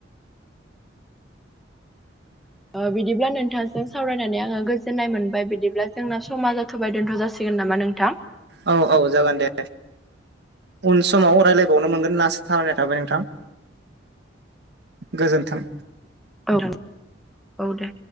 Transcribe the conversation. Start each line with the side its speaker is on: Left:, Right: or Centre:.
Centre: बिदिब्ला नोंथांजों सावरायनानै आङो गोजोननाय मोनबाय बिदिब्ला जोंना समा जाबाय दोनथ' जासिगोन नामा नोंथां।
Right: औ औ जागोन दे। उन समाव रायज्लायबावनो मोनगोन होनना आसा खालानाय थाबाय नोंथां। गोजोन्थों।
Centre: औ औ दे।